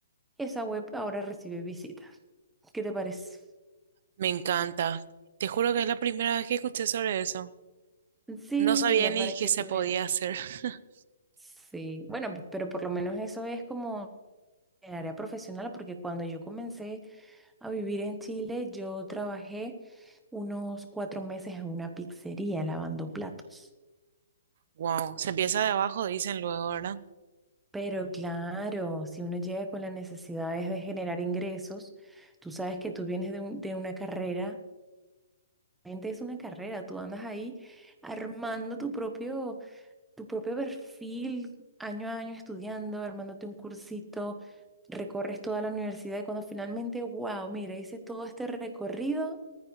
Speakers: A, in the centre; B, on the right.
A: esa web ahora recibe visitas. ¿Qué te parece?
B: Me encanta. Te juro que es la primera vez que escuché sobre eso.
A: Sí,
B: No sabía
A: mira,
B: ni
A: para
B: que
A: que
B: se
A: tú
B: podía
A: veas.
B: hacer. <laughs>
A: Sí, bueno, pero por lo menos eso es como el área profesional, porque cuando yo comencé A vivir en Chile, yo trabajé unos cuatro meses en una pizzería lavando platos.
B: Wow. Se empieza de abajo, dicen luego, ¿verdad?
A: Pero claro, si uno llega con las necesidades de generar ingresos, tú sabes que tú vienes de, un- de una carrera, realmente es una carrera, tú andas ahí armando tu propio, tu propio perfil, año a año estudiando, armándote un cursito, recorres toda la universidad y cuando finalmente, wow, mira, hice todo este recorrido.